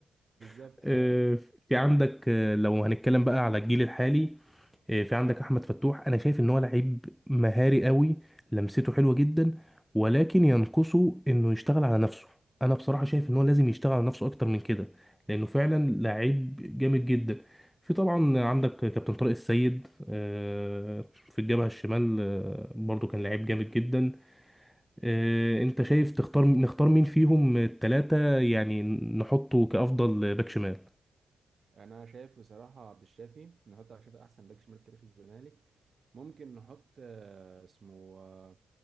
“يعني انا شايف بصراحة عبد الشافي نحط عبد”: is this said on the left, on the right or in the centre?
Right